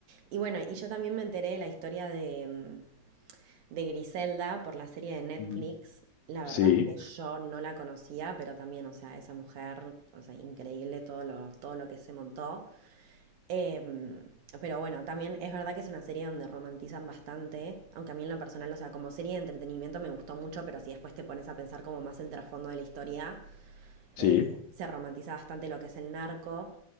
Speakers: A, on the right; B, on the left.
A: Y bueno, y yo también me enteré de la historia de, mm, de Griselda por la serie de Netflix.
B: Ujú.
A: La
B: Sí,
A: verdad es que yo no la conocía, pero también, o sea, esa mujer, o sea, increíble todo lo, todo lo que se montó. Em, pero bueno, también es verdad que es una serie donde romantizan bastante, aunque a mí en lo personal, o sea, como serie de entretenimiento me gustó mucho, pero si después te pones a pensar como más el trasfondo de la historia,
B: sí,
A: eh, se romantiza bastante lo que es el narco.